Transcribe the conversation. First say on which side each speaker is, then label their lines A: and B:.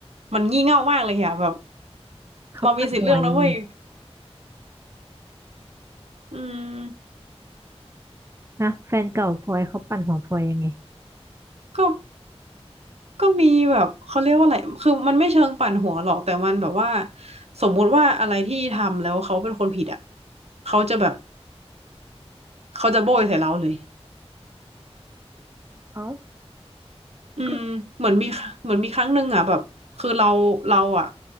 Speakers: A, on the right (about 70°); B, on the right (about 25°).
A: มันงี่เง่ามากเลยอะแบบ
B: เขาปั่นหัวยังไง
A: เรามีสิทธิ์เลือกนะเว้ยอืม
B: ฮะแฟนเก่าพลอยเขาปั่นหัวพลอยยังไง
A: ก็ก็มีแบบเขาเรียกว่าอะไรคือมันไม่เชิงปั่นหัวหรอกแต่มันแบบว่าสมมุติว่าอะไรที่ทำแล้วเขาเป็นคนผิดอ่ะเขาจะแบบเขาจะโบยใส่เราเลย
B: อ๋อ
A: อืมเหมือนมีเหมือนมีครั้งหนึ่งอ่ะแบบคือเราเราอ่ะ
B: ก็